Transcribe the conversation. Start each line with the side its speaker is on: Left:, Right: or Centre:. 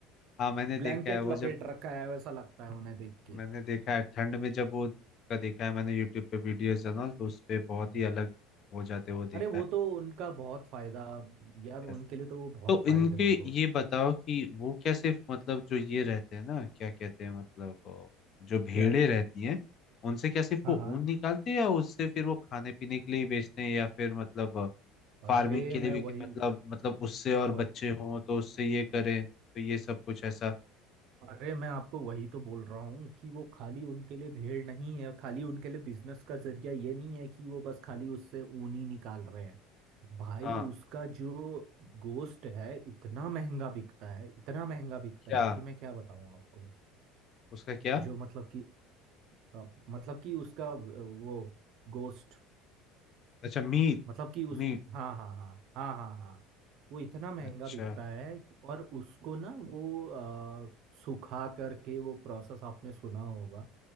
Left: हाँ मैंने
Right: ब्लैंकेट
Left: देखा है वो
Right: लपेट
Left: जब
Right: रखा है वैसा लगता है उन्हें देख के
Left: मैंने देखा है ठंड में जब वो का देखा है मैंने यूट्यूब पे वीडियोस जनरल तो उस पे बहुत
Right: हम्म।
Left: ही अलग हो जाते हैं, वो देखा
Right: अरे वो
Left: है
Right: तो उनका बहुत फायदा यार
Left: ऐसे।
Right: उनके लिए तो वो बहुत
Left: तो
Right: फायदेमंद
Left: इनके
Right: होते
Left: ये बताओ कि वो क्या सिर्फ मतलब जो ये रहते हैं ना क्या कहते हैं मतलब अ, जो भेड़े
Right: क्या
Left: रहती हैं उनसे क्या सिर्फ
Right: हाँ
Left: वो
Right: हाँ
Left: ऊन निकालते हैं या उससे फिर वो खाने पीने के लिए ही बेचते हैं या फिर मतलब
Right: अरे
Left: फार्मिंग के
Right: मैं
Left: लिए भी कि
Right: वही
Left: मतलब मतलब उससे और
Right: वह,
Left: बच्चे हों तो उससे ये करें तो ये सब कुछ ऐसा
Right: अरे मैं आपको वही तो बोल रहा हूँ कि वो खाली उनके लिए भेड़ नहीं है खाली उनके लिए बिजनेस का जरिया ये नहीं है कि वो बस खाली उससे ऊन ही निकाल रहे हैं भाई
Left: हाँ
Right: उसका जो गोश्त है इतना महंगा बिकता है इतना महंगा बिकता
Left: क्या
Right: है कि मैं क्या बताऊँ आपको
Left: उसका क्या
Right: जो मतलब कि अ, मतलब कि उसका अ, वो गोश्त
Left: अच्छा मीट
Right: मतलब कि उस
Left: मीट
Right: हाँ हाँ हाँ हाँ हाँ हाँ वो इतना महंगा
Left: अच्छा
Right: बिकता है और उसको ना वो अ, सुखा करके वो प्रोसेस आपने सुना होगा